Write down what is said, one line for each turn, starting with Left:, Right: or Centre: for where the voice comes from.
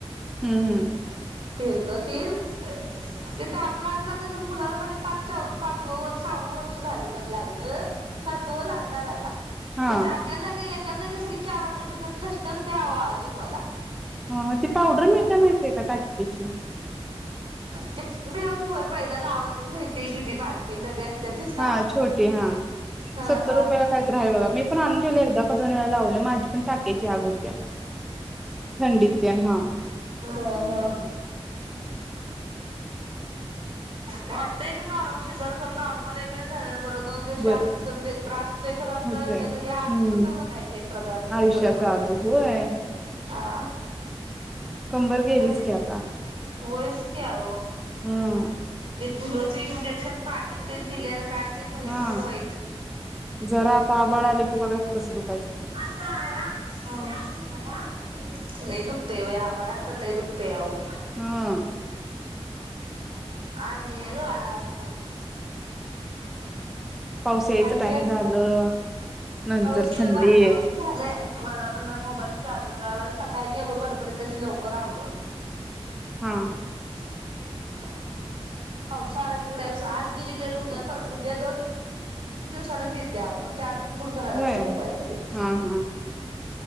Centre: हम्म हम्म.
Right: पीलत तीन तीथ आप ण अजून आता मुलाला माझ्या पाच पाचव वर् सहावं वर्ष झालं तरी लागलं सातवं लागणार आता.
Centre: हा
Right: ते टाक्यांचा काही -- एकाच जागी सगळी चार ऑपरेशन ठस ठसतं अहो अजून मला.
Centre: ह ती पावडर मिळतीया माहिते का टाक्याची?
Right: ती मिळती व्हय पहिलं लावू मिळती की ती बारकी एक डबी असते. तीच ना
Centre: हा छोटी हा
Right: हा
Centre: सत्तर
Right: हा
Centre: रुपयाला काहीतरी हाय बघा मी पण आणून ठेवलं एकदा का दोन वेळा लावले माझी पण टाक्याची आग होत्या थंडीत तेन ह.
Right: ह ह. वाटतय का नॉर्मल सिजर खर नॉर्मल एक वेळेस झालेल बरं दोन दिवस
Centre: बरं
Right: चार दिवस म्हणजे त्रास होत खरं आपलं
Centre: होतय
Right: हे आधूस
Centre: हम्म
Right: होत म्हणायचं एक प्रकार
Centre: आयुष्याचा
Right: शिजर करून.
Centre: आजू होय
Right: आ.
Centre: कंबर गेलीच
Right: तर
Centre: की आता.
Right: होयच की आहो.
Centre: हम्म.
Right: भुलच इंजक्शन पाटीत तेन दिलेल काय? ते भयंकर
Centre: हा
Right: वाईट
Centre: -जरा आता आबाळ आलं की बघा की कस दु -
Right: असं हाय हा <inaudible> लय दुखतंय बया मला तर लय दुकतय आवो.
Centre: ह.....
Right: आणि हो <inaudible>
Centre: पाऊस यायच
Right: आणि
Centre: टाइम
Right: काय मग
Centre: झालं. नंतर
Right: पाऊस
Centre: थंडी
Right: वातावरण
Centre: येत-
Right: झालंय मला पण जरा मोबाईल चार्जिंग लावायला. सकाळी गेलो गडबडीत तशी लवकर आवरून.
Centre: हा
Right: ते <inaudible> हो सहाला तिकडे असतो आज गेली तिकडे उद्या पर उद्या दोन- दोन दिवसां आडच येते अहो, मग चार्जिंग फुल कराय लागते
Centre: होय
Right: मोबाईलमध्ये.
Centre: हा हा